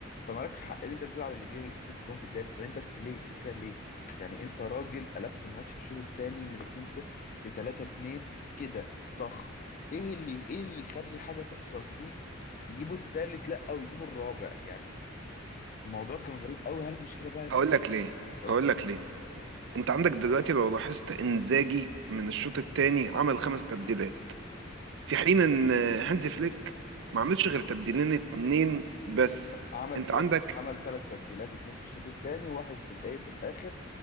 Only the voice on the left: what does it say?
فمالكش حق ان انت تزعل اللي جه فيك الجون في الدقيقه 90 بس ليه الفكره ليه يعني انت راجل قلبت الماتش في الشوط الثاني من 2-0 ل 3-2 كده طخ ايه اللي ايه اللي يخلي حاجه تحصل فيك يجيبوا الثالث لا ويجيبوا الرابع يعني الموضوع كان غريب قوي هل المشكله بقى
أو
عمل
ثلاث
عمل ثلاث تبديلات اتنين في الشوط الثاني وواحد في الايه في الاخر